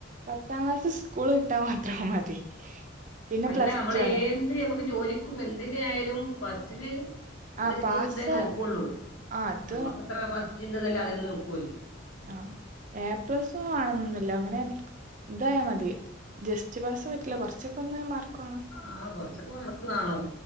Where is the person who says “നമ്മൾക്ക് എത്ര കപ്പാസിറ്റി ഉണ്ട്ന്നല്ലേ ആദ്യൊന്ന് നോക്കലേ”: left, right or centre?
Left